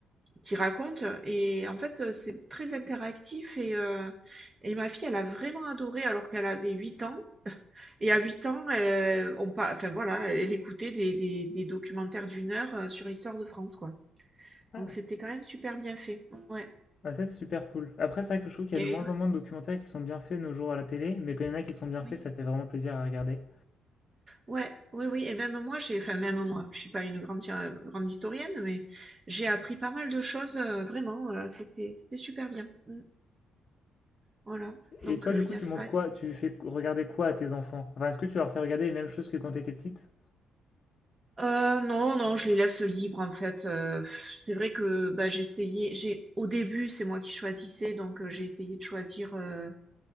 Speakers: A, on the right; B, on the left.
A: qui raconte. Et en fait, euh, c'est très interactif et, euh, et ma fille, elle a vraiment adoré alors qu'elle avait 8 ans. Et à 8 ans, elle, on pa- enfin voilà, elle écoutait des, des, des documentaires d'une heure euh, sur l'histoire de France, quoi.
B: Ah!
A: Donc c'était quand même super bien fait. Ouais.
B: Bah, ça, c'est super cool. Après, c'est vrai que je trouve qu'il
A: Et,
B: y a de moins
A: ouais.
B: en moins de documentaires qui sont bien faits de nos jours à la télé, mais quand il y en a qui sont bien
A: Oui.
B: faits, ça fait vraiment plaisir à regarder.
A: Ouais, oui, oui. Et même moi, j'ai, enfin même moi, je suis pas une grande, sci- euh, grande historienne, mais j'ai appris pas mal de choses, euh, vraiment. euh, c'était, c'était super bien. Mm. Voilà.
B: Et
A: Donc
B: toi,
A: euh,
B: du coup,
A: il y a
B: tu
A: ça.
B: montres quoi? Tu fais regarder quoi à tes enfants? Enfin, est-ce que tu leur fais regarder les mêmes choses que quand t'étais petite?
A: Heu, non, non, je les laisse libres en fait, heu, c'est vrai que, bah, j'ai essayé. j'ai au début, c'est moi qui choisissais donc heu, j'ai essayé de choisir, heu,